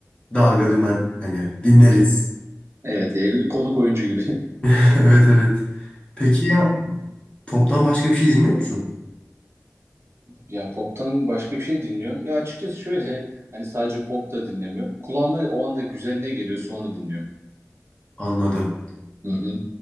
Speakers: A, on the left; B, on the right.
A: dalga dümen hani dinleriz.
B: Evet ya, konuk oyuncu gibi. <laughs>
A: <laughs> Evet evet. Peki ya poptan başka bir şey dinliyor musun?
B: Ya pop'tan başka bir şey dinliyorum. Ya açıkçası şöyle hani sadece pop da dinlemiyorum. Kulağıma o anda güzel ne geliyorsa onu dinliyorum.
A: Anladım.
B: Hı hı.